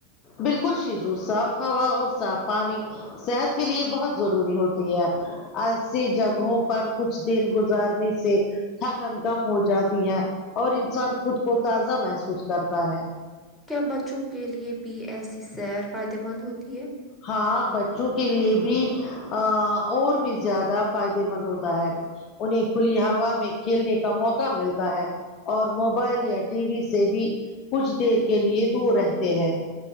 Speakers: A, on the left; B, in the centre.
A: بالکل شیزو صاف ہوا اور صاف پانی صحت کے لیے بہت ضروری ہوتی ہے ایسی جگہوں پر کچھ دن گزارنے سے تھکن کم ہو جاتی ہے اور انسان خود کو تازہ محسوس کرتا ہے
B: کیا بچوں کے لیے پی ایسی سیر فائدے مند ہوتی ہے
A: ہاں بچوں کے لیے بھی ا اور بھی زیادہ فائدے مند ہوتا ہے انہیں کھلی ہوا میں کھیلنے کا موقع ملتا ہے اور موبائل یا ٹی وی سے بھی کچھ دیر کے لیے دور رہتے ہیں